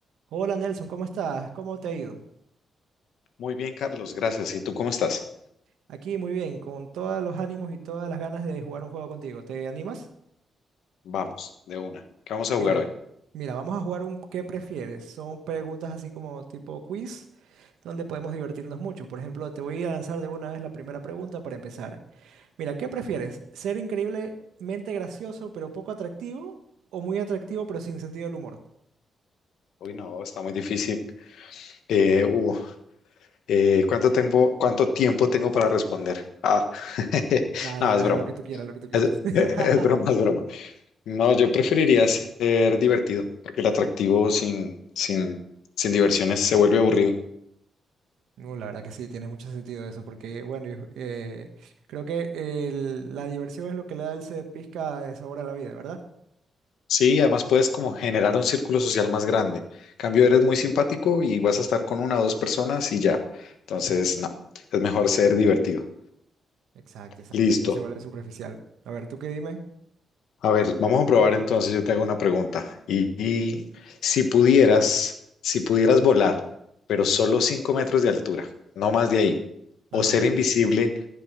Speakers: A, on the right; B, on the left.
A: Hola Nelson, ¿cómo estás? ¿Cómo te ha ido?
B: Muy bien, Carlos, gracias. ¿Y tú cómo estás?
A: Aquí muy bien, con todos los ánimos y todas las ganas de jugar un juego contigo. ¿Te animas?
B: Vamos, de una. ¿Qué vamos a
A: Mira,
B: jugar hoy?
A: mira, vamos a jugar un ¿qué prefieres? Son preguntas así como tipo quiz, donde podemos divertirnos mucho. Por ejemplo, te voy a lanzar de una vez la primera pregunta para empezar. Mira, ¿qué prefieres? ¿Ser increíblemente gracioso pero poco atractivo o muy atractivo pero sin sentido del humor?
B: Hoy no, está muy difícil. Eh, uh, eh, ¿cuánto tiempo, cuánto tiempo tengo para responder? Ah, <laughs>
A: Nada,
B: no,
A: nada,
B: es broma.
A: lo que tú quieras, lo que tú quieras.
B: Es, <laughs>
A: <laughs>
B: es broma, es broma. No, yo preferiría ser divertido, porque el atractivo sin, sin, sin diversiones se vuelve aburrido.
A: No, la verdad que sí, tienes mucho sentido eso, porque bueno, yo, eh, creo que el- la diversión es lo que le da ese pizca de sabor a la vida, ¿verdad?
B: Sí, además puedes como generar un círculo social más grande. Cambio, eres muy simpático y vas a estar con una o dos personas y ya. Entonces, no, es mejor ser divertido.
A: Exacto, exacto.
B: Listo.
A: Después se vuelve superficial. A ver, ¿tú qué dime?
B: A ver, vamos a probar entonces, yo te hago una pregunta. Y, y si pudieras, si pudieras volar, pero solo 5 metros de altura, no más de ahí,
A: Ajá.
B: o ser invisible